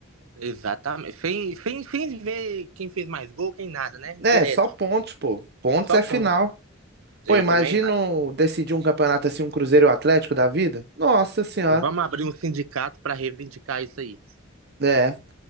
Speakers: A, on the right (about 80°); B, on the right (about 50°).
A: Exatamente. Sem, sem, sem ver quem fez mais gol, quem nada, né? Direto.
B: É, só pontos, pô. Pontos
A: Só
B: é final.
A: ponto. Eu
B: Pô, imagina
A: também acho.
B: o- decidir um campeonato assim, um Cruzeiro e o Atlético da vida? Nossa Senhora.
A: Vamos abrir um sindicato para reivindicar isso aí.
B: É.